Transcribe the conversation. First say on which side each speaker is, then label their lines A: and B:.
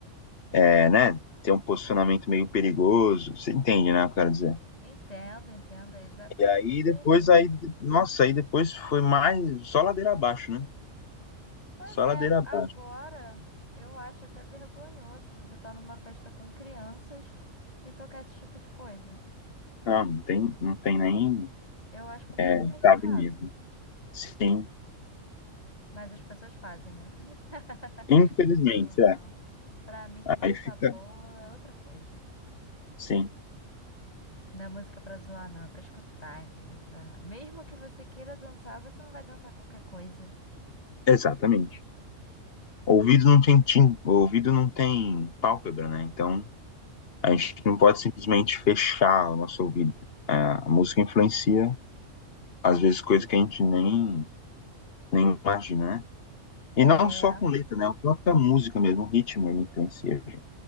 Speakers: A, on the left (about 50°); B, on the left (about 30°).
A: é, né? Ter um posicionamento meio perigoso, você entende, né? Eu quero dizer.
B: Entendo, entendo. É exatamente
A: E aí
B: isso
A: depois,
B: aí mesmo.
A: aí, nossa, aí depois foi mais, só ladeira abaixo, né?
B: Pois
A: Só
B: é,
A: ladeira abaixo.
B: agora eu acho até vergonhoso você estar numa festa com crianças e tocar esse tipo de coisa.
A: Não, não tem, não tem nem.
B: Eu acho completamente
A: é, cabe
B: errado.
A: mesmo. Sim.
B: Mas as pessoas fazem, né? <laughs>
A: Infelizmente,
B: Não, não.
A: é.
B: Pra mim, música
A: Aí fica.
B: boa é outra coisa.
A: Sim,
B: Não é música pra zoar, não. É pra escutar, entendeu? Pra... Mesmo que você queira dançar, você não vai dançar qualquer coisa.
A: exatamente. O ouvido não tem tim... o ouvido não tem pálpebra, né? Então a gente não pode simplesmente fechar o nosso ouvido. É, a música influencia, às vezes, coisas que a gente nem, nem imagina, né? E
B: É,
A: não só com letra, né? A própria música mesmo, o ritmo, ele influencia, gente.